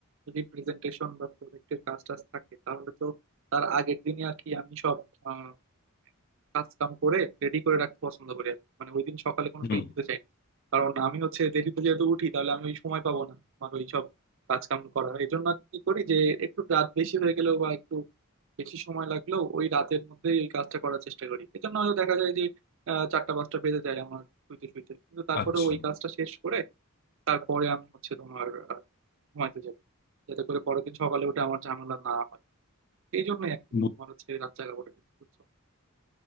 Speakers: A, on the right; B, on the left.
A: যদি প্রেজেন্টেশন বা প্রজেক্টের কাজ টাজ থাকে তাহলে তো তার আগের দিনই আর কি আমি সব আহ, কাজ কাম করে রেডি করে রাখতে পছন্দ করি আর কি। মানে ওই দিন সকালে কোনো
B: হুম
A: পেন নিতে চাই না কারণ আমি হচ্ছে দেরিতে যেহেতু উঠি তাহলে আমি ওই সময় পাবো না আমার ওই সব কাজ কাম করা এই জন্য আর কি করি যে একটু রাত বেশি হয়ে গেলেও বা একটু বেশি সময় লাগলেও ওই রাতের মধ্যেই ওই কাজটা করার চেষ্টা করি এজন্য হয়তো দেখা যায় আহ, চারটা পাঁচটা বেজে যায় আমার শুইতে শুইতে কিন্তু তারপরে
B: আচ্ছা
A: ওই কাজটা শেষ করে তারপরে আমি হচ্ছে তোমার আহ, ঘুমাইতে যাই যাতে করে পরের দিন সকালে উঠে আমার ঝামেলা না হয় এই জন্যই আর কি
B: বু-
A: তোমার হচ্ছে রাত জাগা পড়ে গেছে, বুঝছো